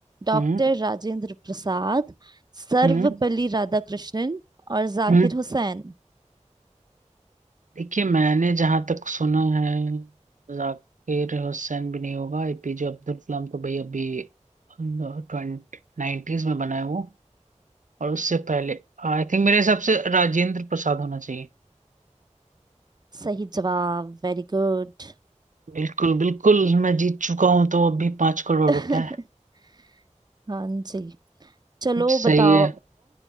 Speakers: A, on the right; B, on the right.
A: doctor
B: हम्म
A: Rajendra Prasad Sarvepalli
B: हम्म
A: Radhakrishnan और जाकिर
B: हम्म
A: हुसैन
B: देखिए मैंने जहां तक सुना है जाकिर हुसैन भी नहीं होगा एपीजे अब्दुल कलाम तो भाई अभी ट्वेंटी नाइन्टीज में बना है वो और उससे पहले आई थिंक मेरे हिसाब से राजेंद्र प्रसाद होना चाहिए
A: सही जवाब वेरी गुड
B: बिल्कुल बिल्कुल मैं जीत चुका हूँ तो अभी पांच करोड़
A: <laughs>
B: रुपए
A: हाँ जी चलो
B: सही
A: बताओ
B: है